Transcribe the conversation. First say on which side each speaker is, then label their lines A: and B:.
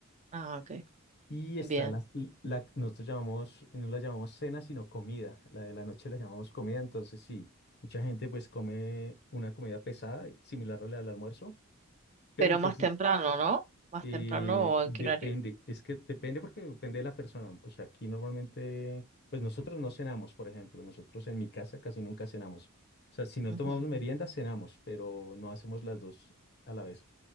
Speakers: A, on the right; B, on the left.
A: Ah, ok,
B: Y
A: bien.
B: está la, la- nosotros llamamos, no la llamamos cena, sino comida. La de la noche la llamamos comida, entonces sí, mucha gente pues come una comida pesada, similar a la del almuerzo. Pero
A: Pero
B: entonces
A: más temprano, ¿no? Más
B: Eh,
A: temprano o
B: depende,
A: en qué horario.
B: es que depende porque depende de la persona. O sea, aquí normalmente, pues nosotros no cenamos, por ejemplo, nosotros en mi casa casi nunca cenamos. O sea, si no
A: Ujú,
B: tomamos merienda, cenamos, pero no hacemos las dos a la vez.